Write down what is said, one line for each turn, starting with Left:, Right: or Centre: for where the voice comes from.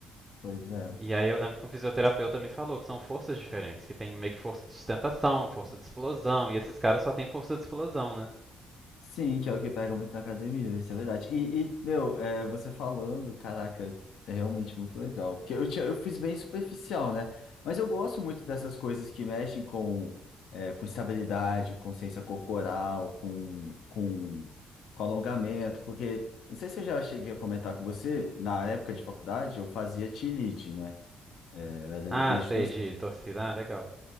Left: Pois é.
Right: E aí eu lembro que um fisioterapeuta me falou que são forças diferentes, que tem meio que força de sustentação, força de explosão, e esses caras só têm força de explosão, né?
Left: Sim, que é o que pega muito na academia, isso é verdade. E, e, meu, é, você falando, caraca, é realmente muito legal. Porque eu, tinha, eu fiz bem superficial, né? Mas eu gosto muito dessas coisas que mexem com, é, com estabilidade, consciência corporal, com, com, com alongamento. Porque, não sei se eu já cheguei a comentar com você, na época de faculdade, eu fazia T-lead, né? É, Eu era
Right: Ah,
Left: líder
Right: sei,
Left: de torcida.
Right: de torcida, ah, legal.